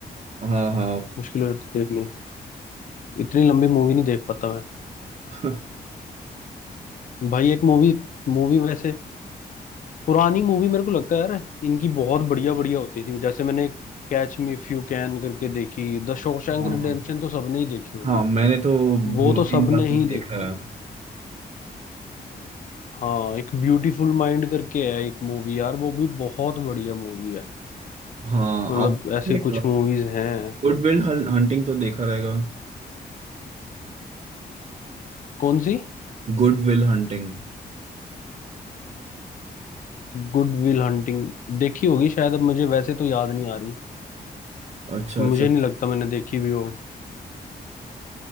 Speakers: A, on the right; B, on the left.
A: हाँ हाँ
B: मुश्किल हो जाती देखने इतनी लंबी मूवी नहीं देख पाता मैं
A: <laughs>
B: भाई एक मूवी मूवी वैसे पुरानी मूवी मेरे को लगता है यार इनकी बहुत बढ़िया बढ़िया होती थी जैसे मैंने catch me if you can करके देखी द शॉशैंक
A: हाँ
B: रिडेम्पशन
A: हाँ
B: तो सबने ही देखी होगी
A: हाँ, मैंने तो दो
B: वो तो
A: तीन
B: सबने
A: बार तो
B: ही
A: देखा
B: देखी
A: है
B: हाँ एक ब्यूटीफुल माइंड करके है एक मूवी यार वो भी बहुत बढ़िया मूवी है
A: हाँ
B: मतलब
A: आपने
B: ऐसे कुछ मूवीज हैं
A: गुड विल हंटिंग तो देखा रहेगा
B: कौन सी
A: Good Will Hunting
B: गुड विल हंटिंग देखी होगी शायद अब मुझे वैसे तो याद नहीं आ रही
A: अच्छा
B: मुझे
A: अच्छा
B: नहीं लगता मैंने देखी भी हो